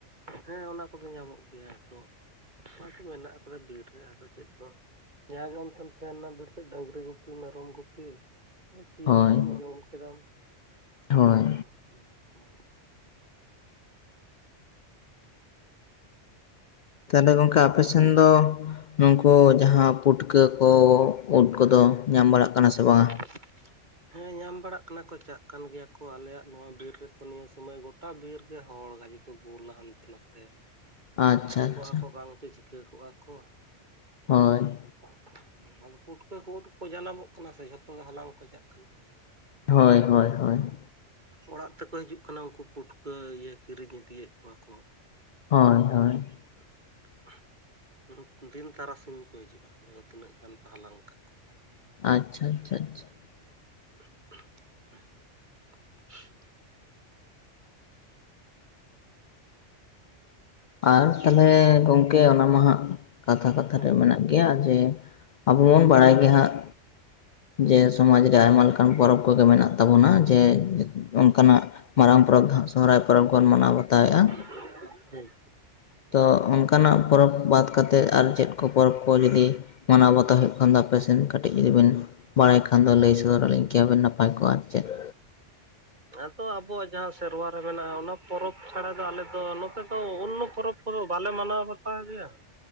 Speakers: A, on the right; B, on the left.
A: ᱦᱮᱸ ᱚᱱᱟ ᱠᱚᱫᱚ ᱧᱟᱢᱚᱜ ᱜᱮᱭᱟ ᱛᱚ <unintelligible> ᱢᱮᱱᱟᱜᱼᱟ ᱛᱚᱵᱮ ᱵᱤᱨ ᱨᱮ ᱟᱫᱚ ᱪᱮᱫ ᱫᱚ ᱡᱟᱦᱟᱸ ᱜᱮ ᱚᱱᱛᱮᱢ ᱥᱮᱱ ᱮᱱᱟ ᱵᱤᱨ ᱥᱮᱫ ᱰᱟᱸᱝᱨᱤ ᱜᱩᱯᱤ, ᱢᱮᱨᱚᱢ ᱜᱩᱯᱤ ᱛᱤᱭᱟᱹᱜ
B: ᱦᱳᱭ
A: ᱠᱮᱫᱟᱢ ᱡᱚᱢ ᱠᱮᱫᱟᱢ
B: ᱦᱳᱭ
A: ᱱᱚᱜ-ᱱᱚᱝᱠᱟ ᱾
B: ᱛᱟᱦᱚᱞᱮ ᱜᱚᱢᱠᱮ ᱟᱯᱮ ᱥᱮᱱ ᱫᱚ ᱱᱩᱝᱠᱩ ᱡᱟᱦᱟᱸ ᱯᱩᱴᱠᱟᱹ ᱠᱚ ᱩᱫ ᱠᱚᱫᱚ ᱧᱟᱢ ᱵᱟᱲᱟᱜ ᱠᱟᱱᱟ ᱥᱮ ᱵᱟᱝ-ᱟ?
A: <inaudible> ᱦᱮᱸ ᱧᱟᱢ ᱵᱟᱲᱟᱜ ᱠᱟᱱᱟ ᱠᱚ, ᱪᱟᱜ ᱠᱟᱱ ᱜᱮᱭᱟ ᱠᱚ ᱟᱞᱮᱭᱟᱜ ᱱᱚᱣᱟ ᱵᱤᱨ ᱨᱮᱛᱚ ᱱᱤᱭᱟᱹ ᱥᱩᱢᱚᱭ ᱜᱚᱴᱟ ᱵᱤᱨ ᱨᱮ ᱦᱚᱲ ᱜᱟᱡᱮ ᱠᱚ ᱜᱩᱞᱟ ᱦᱟᱱᱛᱮ ᱱᱟᱛᱮ
B: ᱟᱪᱪᱷᱟ
A: ᱦᱟᱴ
B: ᱟᱪᱪᱷᱟ
A: ᱠᱚᱜᱼᱟ ᱠᱚ ᱵᱟᱝᱪᱚ ᱪᱤᱠᱟᱹ ᱠᱚᱜᱼᱟ ᱠᱚ,
B: ᱦᱳᱭ
A: <unintelligible> ᱟᱫᱚ ᱯᱩᱴᱠᱟᱹ ᱠᱚ ᱩᱫ ᱠᱚ ᱡᱟᱱᱟᱢᱚᱜ ᱠᱟᱱᱟ ᱥᱮ ᱡᱷᱚᱛᱚ ᱜᱮ ᱦᱟᱞᱟᱝ ᱠᱚ ᱪᱟᱜ ᱠᱟᱱᱟ ᱾
B: ᱦᱳᱭ ᱦᱳᱭ ᱦᱳᱭ ᱾
A: ᱚᱲᱟᱜ ᱛᱮᱠᱚ ᱦᱤᱡᱩᱜ ᱠᱟᱱᱟ ᱩᱱᱠᱩ ᱯᱩᱴᱠᱟᱹ ᱤᱭᱟᱹ ᱠᱤᱨᱤᱧ ᱤᱫᱤᱭᱮᱫ ᱠᱚᱣᱟ ᱠᱚ ᱾
B: ᱦᱳᱭ ᱦᱳᱭ ᱾
A: <unintelligible> ᱫᱤᱱ ᱛᱟᱨᱟᱥᱤᱧ ᱠᱚ ᱦᱤᱡᱩᱜᱼᱟ ᱞᱟᱹᱭᱟ ᱠᱚ ᱛᱤᱱᱟᱹᱜ ᱜᱟᱱ ᱯᱮ ᱦᱟᱞᱟᱝ ᱠᱟᱜᱼᱼ
B: ᱟᱪᱪᱷᱟ ᱟᱪᱪᱷᱟ ᱟᱪᱪᱷᱟ ᱾
A: <unintelligible>
B: ᱟᱨ ᱛᱟᱞᱦᱮ ᱜᱚᱝᱠᱮ ᱚᱱᱟ ᱢᱟ‌ ᱦᱟᱸᱜ ᱠᱟᱛᱷᱟ ᱠᱟᱛᱷᱟ
A: ᱦᱮᱸ
B: ᱛᱮ ᱢᱮᱱᱟᱜ ᱜᱮᱭᱟ ᱾ ᱡᱮ, ᱟᱵᱚ ᱵᱚᱱ ᱵᱟᱲᱟᱭ ᱜᱮ ᱦᱟᱸᱜᱼᱼ ᱡᱮ ᱥᱚᱢᱟᱡᱽ ᱨᱮ ᱟᱭᱢᱟ ᱞᱮᱠᱟᱱ ᱯᱚᱨᱚᱵᱽ ᱠᱚᱜᱮ ᱢᱮᱱᱟᱜ ᱛᱟᱵᱚᱱᱟ ᱡᱮ, ᱚᱱᱠᱟᱱᱟᱜᱼᱼ ᱢᱟᱨᱟᱝ ᱯᱚᱨᱚᱵᱽ, ᱥᱚᱦᱚᱨᱟᱭ ᱯᱚᱨᱚᱵᱽ ᱵᱚᱱ ᱢᱟᱱᱟᱣ ᱵᱟᱛᱟᱣᱮᱜᱼᱟ ᱾
A: <unintelligible> ᱦᱩᱸ
B: ᱛᱚ ᱚᱱᱠᱟᱱᱟᱜ ᱯᱚᱨᱚᱵᱽ ᱵᱟᱫᱽ ᱠᱟᱛᱮᱫ ᱟᱨ ᱪᱮᱫ ᱠᱚ ᱯᱚᱨᱚᱵᱽ ᱠᱚ ᱡᱩᱫᱤᱼᱼ ᱢᱟᱱᱟᱣ ᱵᱟᱛᱟᱣ ᱦᱩᱭᱩᱜ ᱠᱷᱟᱱ ᱫᱚ ᱟᱯᱮᱥᱮᱱ ᱠᱟᱹᱴᱤᱡ ᱡᱩᱫᱤ ᱵᱮᱱ ᱵᱟᱲᱟᱭ ᱠᱷᱟᱱ ᱫᱚ ᱞᱟᱹᱭ ᱥᱚᱫᱚᱨ ᱟᱹᱞᱤᱧᱼᱼ ᱠᱮᱭᱟᱵᱮᱱ ᱱᱟᱯᱟᱭ ᱠᱚᱜ-ᱟ ᱟᱨ ᱪᱮᱫ ᱾
A: ᱟᱫᱚ ᱟᱵᱚᱣᱟᱜ ᱡᱟᱦᱟᱸ ᱥᱮᱨᱣᱟ ᱨᱮ ᱢᱮᱱᱟᱜᱼᱟ ᱚᱱᱟ ᱯᱚᱨᱚᱵᱽ ᱪᱷᱟᱲᱟ ᱫᱚ ᱟᱞᱮ ᱫᱚ ᱱᱚᱛᱮ ᱫᱚ ᱚᱱᱱᱚ ᱯᱚᱨᱚᱵᱽᱼᱼ ᱠᱚᱫᱚ ᱵᱟᱞᱮ ᱢᱟᱱᱟᱣ ᱵᱟᱛᱟᱣ ᱜᱮᱭᱟ ᱾